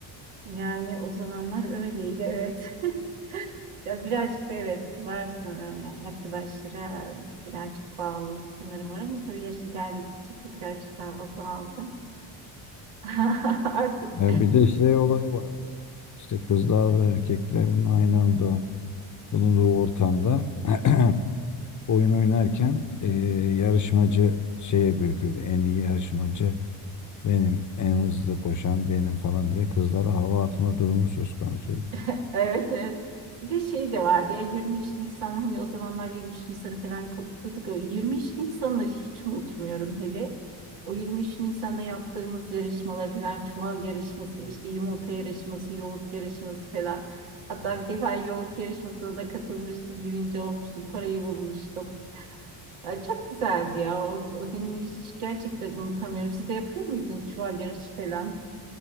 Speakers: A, on the right; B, on the left.
A: yani o zamanlar öyleydi, evet. <laughs> Ya birazcık da evet var sanırım yani arkadaşlara birazcık bağlılık sanırım var ama tabii yaş ilerledikçe bu birazcık daha azaldı. <laughs> Artık.
B: E bir de şey olayı vardı. İşte kızlar ve erkeklerin aynı anda bulunduğu ortamda <clears throat> oyun oynarken eee, yarışmacı şeye bürkürdü. En iyi yarışmacı benim, en hızlı koşan benim falan diye kızlara hava atma durumu söz konusuydu.
A: <laughs> Evet evet. Bir de şey de vardı ya 23 Nisan hani o zamanlar 23 Nisan'ı falan kutluyorduk. O 23 Nisan'ları hiç unutmuyorum hele. O 23 Nisan'da yaptığımız yarışmalar falan çuval yarışması, işte yumurta yarışması, yoğurt yarışması falan. Hatta
B: Evet.
A: bir defa yoğurt yarışmasına da katılmıştım, birinci olmuştum, parayı bulmuştum. Ya çok güzeldi ya. O, o günleri hiç gerçekten unutamıyorum. Siz de yapıyor muydunuz çuval yarışı falan?